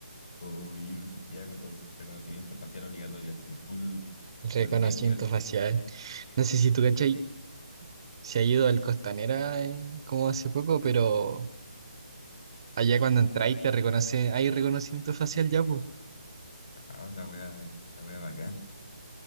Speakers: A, on the left (about 55°); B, on the right (about 35°).
A: o vivir en una sociedad con recono- reconocimiento facial obligatorio, así full,
B: Reconocimiento
A: que no tengáis privacidad.
B: facial. No sé si tú, ¿cachai? Se ha ido al Costanera eh, como hace poco, pero allá cuando entráis te reconoce, hay reconocimiento facial ya, pues.
A: Ah, la wea, la wea bacán.